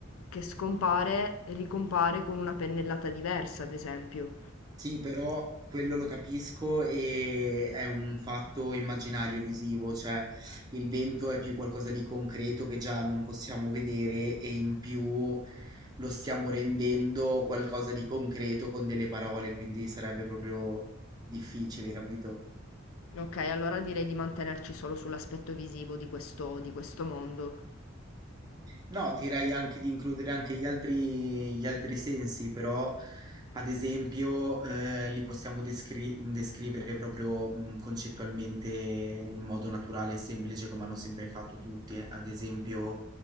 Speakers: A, on the left; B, on the right.
A: che scompare ricompare con una pennellata diversa, ad esempio.
B: Sì, però quello lo capisco e è un fatto immaginario visivo, cioè il vento è più qualcosa di concreto che già non possiamo vedere e in più lo stiamo rendendo qualcosa di concreto con delle parole, quindi sarebbe proprio difficile, capito?
A: Ok, allora direi di mantenerci solo sull'aspetto visivo di questo, di questo mondo.
B: No, direi anche di includere anche gli altri, gli altri sensi, però ad esempio eh, li possiamo descri- descrivere proprio mh, concettualmente in modo naturale e semplice come hanno sempre fatto tutti. Ad esempio,